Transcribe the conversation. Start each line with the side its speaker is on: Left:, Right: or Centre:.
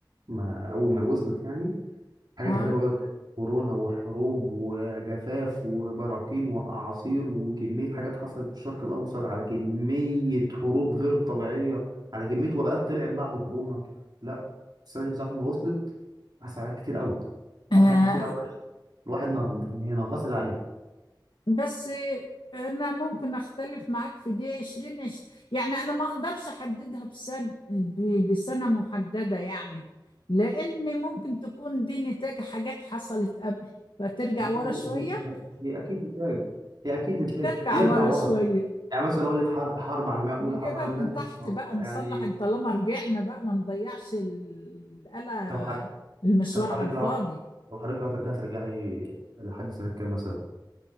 Right: ما اول ما وصلت يعني حاجات
Left: اه
Right: غريبه بدات تحصل. كورونا وحروب وجفاف وبراكين واعاصير وكميه حاجات حصلت في الشرق الاوسط على كميه حروب غير طبيعيه على كميه وباءات طلعت بعد كورونا لا السنه دي من ساعه ما وصلت حصل حاجات كتير قوي
Left: آه،
Right: حصل حاجات كتير قوي الواحد نا... يعني هي نغصت عليه
Left: بس آه، انا ممكن اختلف معاك في دي 20 عش- يعني انا ما اقدرش احددها بسنه ب- بسنه محدده يعني لان ممكن تكون دي نتاج حاجات حصلت قبل فترجع
Right: ما
Left: ورا
Right: هي...
Left: شويه
Right: هي... هي اكيد نتاج هي اكيد نتاج
Left: نرجع
Right: نرجع
Left: ورا
Right: <laughs> ورا
Left: شويه
Right: يعني مثلا اقول لك حرب حرب عالميه اولى
Left: نجيبها
Right: حرب عالميه
Left: من
Right: ثانيه
Left: تحت
Right: والله
Left: بقى نصلح
Right: يعني
Left: إن طالما رجعنا بقى ما نضيعش ال- القلق
Right: طب حر...
Left: المشوار
Right: طب حضرتك
Left: على الفاضي
Right: لو طب حضرتك لو هترجعي ترجعي لحد سنه كام مثلا